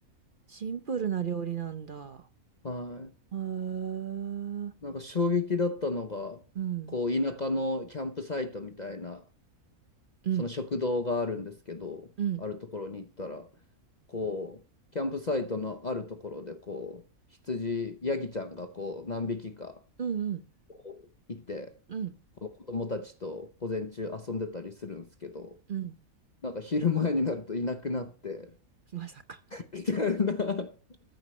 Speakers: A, on the right (about 40°); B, on the left (about 40°).
A: シンプルな料理なんだ。
B: はい。
A: へー、う
B: なんか衝撃だったのが、
A: ん、
B: こう田舎のキャンプサイトみたいな、
A: うん、
B: その食堂があるんですけど、
A: うん、うん、
B: あるところに行ったら、こう、キャンプサイトのあるところで、こう、羊、ヤギちゃんがこう、何匹か
A: うん、う
B: こういて、
A: ん、うん、
B: こう子供たちと午前中遊んでたりするんですけど、
A: うん。
B: なんか昼前になるといなくなって、
A: まさか、
B: みたいな